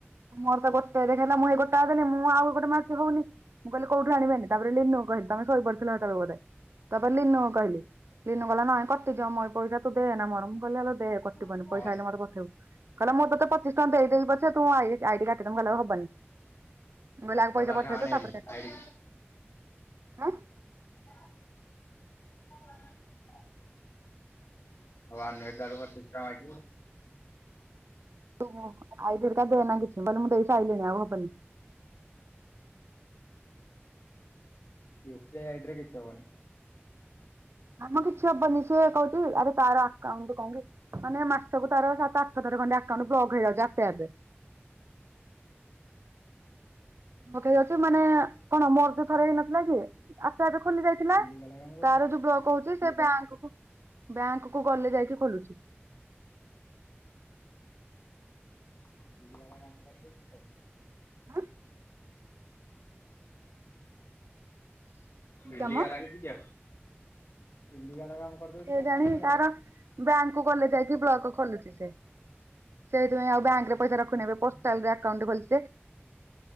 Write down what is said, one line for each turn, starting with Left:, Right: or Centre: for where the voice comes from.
Right: ମୋର ତ ଗୋଟେ ଦେଖେଇଲା ମୁଁ ହେ ଗୋଟାଏ ଦେଲିି ମୁଁ ଆଉ ଗୋଟେ ମାରୁଚି ହଉନି। ମୁଁ କହିଲି କୋଉଠୁ ଆଣିବି ଏଇନେ ତାପରେ ଲିନୁ କୁ କହିଲି ତମେ ଶୋଇ ପଡ଼ି ଥିଲେ ସେତେବେଳକୁ ବୋଧେ। ତାପରେ ଲିନୁ କୁ କହିଲି ଲିନୁ କଇଲା ନାଇଁ କଟିଯିବ ମୋଇ ପଇସା ତୁ ଦେନା ମୋର ମୁଁ କହିଲି ଆଲୋ ଦେ। କଟିବନି
Left: ହଁ
Right: ପଇସା ଆଇଲେ ମତେ ପଠେଇବୁ କିଇଲା ମୁଁ ତତେ ପଚିଶ ଟଙ୍କା ଦେଇେ ଦେବି ପଛେ ତୁ ମୋ ଆଇ ଆଇଡି କାଟି ଦେ ମୁ କଇଲି ଆଉ ହବନି ମୁଁ କଇଲି ଆଗେ
Left: ହଉ
Right: ପଇସା
Left: ତାଠୁ
Right: ପଠେଇ
Left: ଆଣେ
Right: ଦେ
Left: ହେରି
Right: ତାପରେ କାଟି
Left: ଆଇଡି
Right: ଆଁ।
Left: ହଁ ଆଉ ଆଣୁନୁ ହାରି ତାଠୁ ପଚିଶ ଟଙ୍କା ମାଗି।
Right: ତୁ ମୋ ଆଇଡି କାଟି ଦେନା କିଛି ମୁଁ କହିଲି। ମୁଁ ଦେଇ ସାଇ ଲିଣି ଆଉ ହବନି।
Left: ୟୁପି ଆଇ ଆଇଡି ରେ କିଛି ହବନି।
Right: ନାମ କିଛି ହବନି ସିଏ କଉଚି ଆରେ ତାର ଆକାଉଣ୍ଟ କଣ କି। ମାନେ ମାସକୁ ତାର ସାତ ଆଠ ଥର ଖଣ୍ଡେ ଆକାଉଣ୍ଟ ବ୍ଲକ ହେଇଯାଉଛି ଆପେ ଆପେ। ବ୍ଲକ ହେଇଯାଉଛି ମାନେ କଣ ମୋର ବି ଥରେ ହେଇ ନଥିଲା କି। ଆପେ ଆପେ ଖୋଲି ଯାଇଥିଲା
Left: ଇଲିଗାଲ କାମ କରୁଚୁ
Right: ତାର
Left: କି?
Right: ଯୋଉ ବ୍ଲକ ହଉଛି। ସେ ବ୍ୟାଙ୍କ କୁ କୁ ବ୍ୟାଙ୍କ କ କୁ ଗଲେ ଯାଇକି ଖୋଲୁଛି।
Left: <unintelligible>
Right: ଆଁ। କି
Left: ଇଲିଗାଲ
Right: କାମ
Left: ଅଛି କିଛି ଆଉ ଇଲିଗାଲ କାମ। କରିଦଉଚି
Right: କେ
Left: କି ଆକାଉଣ୍ଟରେ
Right: ଜାଣି ତାର
Left: ଆଉ।
Right: ବ୍ୟାଙ୍କ କୁ ଗଲେ ଯାଇକି ବ୍ଲକ ଖୋଲୁଛି ସେ। ସେଇଥିପାଇଁ ଆଉ
Left: ବ୍ଲକରେ
Right: ବ୍ୟାଙ୍କ ରେ ପଇସା
Left: ଯାହା
Right: ରଖୁନି
Left: ଟିକେ
Right: ଏବେ
Left: ରହିବ
Right: ପୋଷ୍ଟାଲ
Left: ଆଉ।
Right: ରେ ଆକାଉଣ୍ଟ ଟେ ଖୋଲିଚି ଯେ।